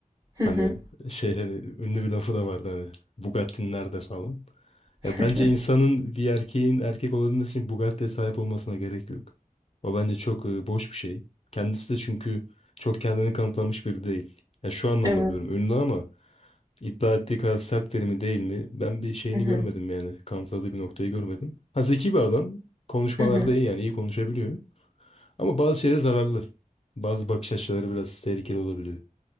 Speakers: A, on the right; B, on the left.
A: Hı
B: Hani
A: hı.
B: şey hani ünlü bir lafı da vardı hani Bugatti'nin nerede falan.
A: <laughs>
B: Ya bence insanın bir erkeğin erkek olabilmesi için Bugatti'ye sahip olmasına gerek yok. O bence çok e, boş bir şey. Kendisi de çünkü çok kendini kanıtlamış biri değil. Ya şu anlamda
A: Evet.
B: diyorum ünlü ama iddia ettiği kadar sert biri mi değil mi? Ben bir şeyini
A: Hı hı.
B: görmedim yani. Kanıtladığı bir noktayı görmedim. Ha zeki bir adam. Konuşmalarda
A: Hı hı.
B: iyi yani iyi konuşabiliyor. Ama bazı şeylere zararlı. Bazı bakış açıları biraz tehlikeli olabiliyor.